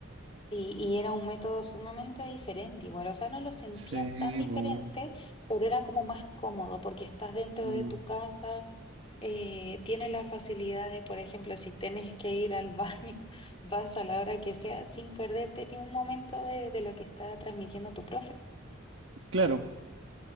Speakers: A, on the left (about 25°); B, on the right (about 65°).
A: Sí, y era un método sumamente diferente, igual, o sea, no lo sentía
B: Sí,
A: tan diferente,
B: po.
A: pero era como más cómodo porque estás dentro
B: Mm,
A: de tu casa, eh, tienes la facilidad de, por ejemplo, si tienes que ir al baño, <laughs> vas a la hora que sea sin perderte ni un momento de, de lo que está transmitiendo tu profe.
B: Claro.